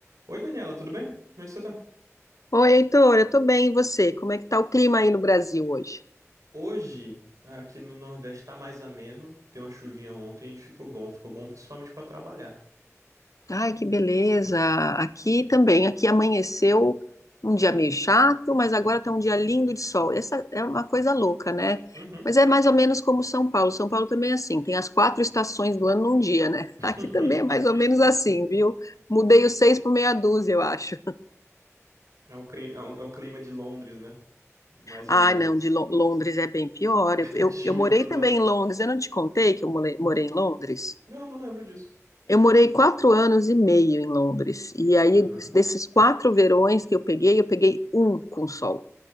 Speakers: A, on the right; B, on the left.
A: Oi, Daniela, tudo bem? Como é que você tá?
B: Oi, Heitor, eu tô bem, e você? Como é que tá o clima aí no Brasil hoje?
A: Hoje, aqui no Nordeste, tá mais ameno. Deu uma chuvinha ontem e ficou bom. Ficou bom principalmente pra trabalhar.
B: Ai, que beleza! Aqui também, aqui amanheceu um dia meio chato, mas agora tá um dia lindo de sol. Essa é uma coisa louca, né?
A: Uhum.
B: Mas é mais ou menos como São Paulo. São Paulo também é assim, tem as quatro estações do ano num dia, né?
A: <laughs>
B: <laughs> Aqui também é mais ou menos assim, viu? Mudei os seis por meia dúzia, eu acho.
A: É um, cri- é um- é um clima de Londres, né? Mais
B: Ah,
A: ou menos.
B: não, de Lo- Londres é bem pior.
A: <laughs>
B: Eu, eu,
A: Chuva
B: eu morei
A: toda
B: também
A: hora.
B: em Londres. Eu não te contei que eu morei, morei em Londres?
A: Não, não lembro disso.
B: Eu morei quatro anos e meio em Londres. E aí,
A: Aham.
B: desses quatro verões que eu peguei, eu peguei um com sol.